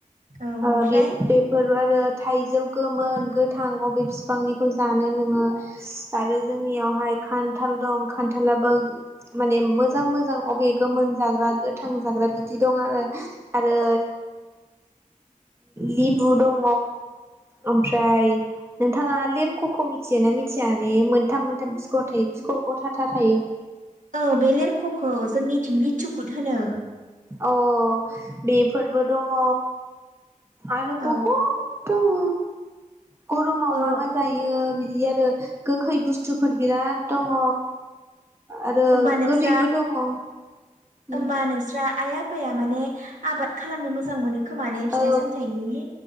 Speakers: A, on the right; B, on the right.
A: औ
B: ओ
A: ओमफ्राय
B: बे बेेफोर आरो थाइजौ गोमोन गोथां अबे बिफांनिखौ जानो नोङो आरो जोंनियावहाय खान्थाल दं खान्थालाबो माने मोजां मोजां अबे गोमोन जाग्रा गोथां जाग्रा बिदि दं आरो ओ आरो लिबु दङ ओमफ्राय नोंथाङा लिरख'खौ मिथियोना मिथिया? मोनथाम मोनथाम सिखर थायो सिखर ग थाथा थायो।
A: औ बे लेरख'खौ जोंनिथिं लिथिखुद होनो।
B: अ बेफोरबो दङ आरो
A: औ
B: बहुद दङ गरमाव
A: ओ
B: मा मा जायो बिदि आरो गोखै बुस्थुफोर बिराद दङ। आरो
A: होमबा नोंस्रा
B: गोदैबो दङ उम
A: होमबा नोंस्रा आइ आफाया माने आबाद खालामनो मोजां मोनो। खोमा ने फिथाइ
B: औ
A: सामथाइनि